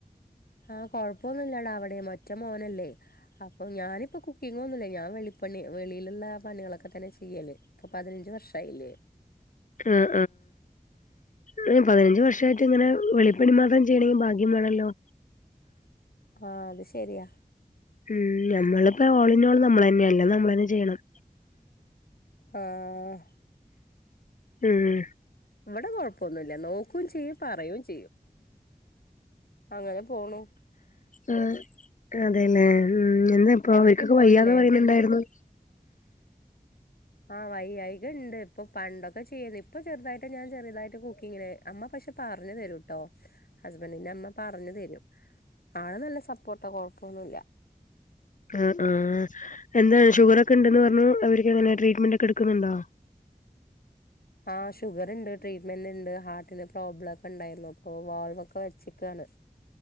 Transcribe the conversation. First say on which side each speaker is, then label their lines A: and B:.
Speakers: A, on the left (about 75°); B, on the left (about 55°).
A: ആഹ് കൊഴപ്പൊന്നുല്ലടാ. അവിടിം ഒറ്റ മോനല്ലെ. അപ്പൊ ഞാനിപ്പോ കുക്കിംഗൊന്നുല്ല. ഞാൻ വെളിപ്പണി വെളിയിലുള്ള പണികളൊക്കെ തന്നെ ചെയ്യല്. ഇപ്പൊ പതിനഞ്ച് വർഷായില്ലേ.
B: ആഹ് ആഹ് പതിനഞ്ച് വർഷായിട്ട് ഇങ്ങനെ വെളിപ്പണി മാത്രം ചെയ്യണെങ്കിൽ ഭാഗ്യ മാണല്ലോ.
A: ആഹ് അത് ശെരിയാ.
B: ഉം നമ്മളിപ്പോ ഓളിനോള് നമ്മളെന്ന്ല്ലെ. അല്ല നമ്മളെന്നെ ചെയ്യണം.
A: ഏഹ്.
B: ഉം.
A: ഇവിടെ കുഴപ്പൊന്നുല്ല. നോക്കും ചെയ്യും പറയും ചെയ്യും. അങ്ങനെ. പോണു
B: ആ അതെലേ ഉം എന്താ അപ്പൊ
A: എവിടേക്കും
B: അവർക്കൊക്കെ
A: പോയില്ലേ
B: വയ്യാന്ന് പറയുന്നുണ്ടായിരുന്നു.
A: ആഹ് വയ്യായിക ഇണ്ട്. ഇപ്പൊ പണ്ടൊക്കെ ചെയ്ത്. ഇപ്പൊ ചെറുതായിട്ട് ഞാൻ ചെറുതായിട്ട് കുക്കിങ്ങിന് അമ്മ പക്ഷെ പറഞ്ഞു തരൂട്ടോ ഹസ്ബൻറിന്റെ അമ്മ പറഞ്ഞു തരും ആള് നല്ല സപ്പോർട്ടാ കൊഴപ്പൊന്നുല്ല
B: ആഹ് ആഹ് എന്താണ് ഷുഗർ ഒക്കെ ഉണ്ടെന്ന് പറഞ്ഞു അവർക്ക് എങ്ങനെ ട്രീറ്റ്മെന്റ് ഒക്കെ എടുക്കുന്നുണ്ടോ
A: ആഹ് ഷുഗർ ഉണ്ട് ട്രീറ്റ്ന്റ് ഉണ്ട് ഹാർട്ടിന് പ്രോബ്ലം ഒക്കെ ഉണ്ടായിരുന്നു അപ്പോ വാൾവ് ഒക്കെ വെച്ചക്കാണ്